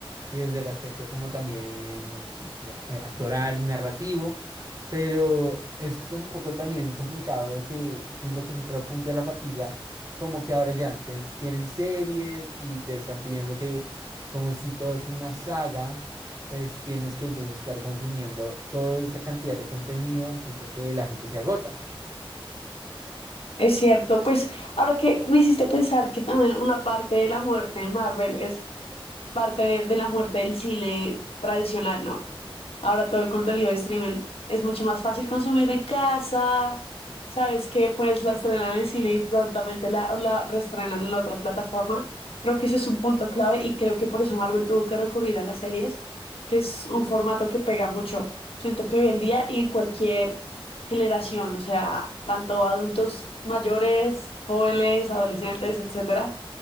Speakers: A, on the right (about 35°); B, on the left (about 90°).
A: y desde el aspecto como también de a- actoral y narrativo, pero es como un poco también complicado de que siento que es otro punto de la fatiga como que ahora ya tienes- tienen series y te están pidiendo que, como si todo es una saga, pues tienes que entonces estar consumiendo toda esta cantidad de contenido al punto de que la gente se agota.
B: Es cierto, pues ahora que me hiciste pensar que también una parte de la muerte de Marvel es parte de, de la muerte del cine tradicional, ¿no? Ahora todo el contenido de streaming es mucho más fácil consumir en casa. Sabes que pues la estrenan en cine y prontamente la, la reestrenan en la otra plataforma. Creo que eso es un punto clave y creo que por eso Marvel tuvo que recurrir a las series, que es un formato que pega mucho. Siento que hoy en día y en cualquier generación, o sea, tanto adultos mayores, jóvenes, adolescentes, etcétera